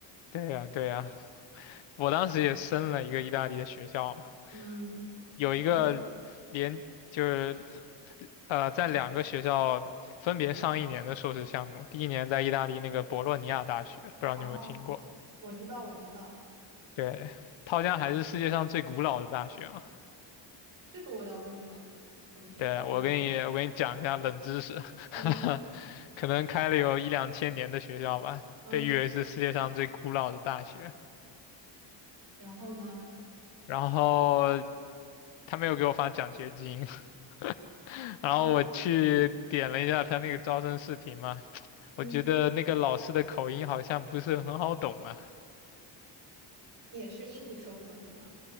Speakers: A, on the left; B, on the right.
A: 对呀，对呀，我当时也申了一个意大利的学校嘛。
B: 嗯，
A: 有一个连就是
B: 嗯
A: 呃，在两个学校分别上一年的硕士项目，第一年在意大利那个博洛尼亚大学，不知道你有没有听过？
B: 哦，我知道，我知道，
A: 对，它好像还是世界上最古老的大学嘛。
B: 这个我倒不知道，我知，
A: 对，
B: 但我
A: 我给你我给你讲一下冷知识，
B: 嗯
A: <laughs> 可能开了有一两千年的学校吧，
B: 嗯，
A: 被誉为是世界上最古老的大学。
B: 然后呢，
A: 然后他没有给我发奖学金，<laughs> 然后我去点了一下他那个招生视频嘛，
B: 然后嗯，
A: 我觉得那个老师的口音好像不是很好懂啊。
B: 也是英语授课，对吗？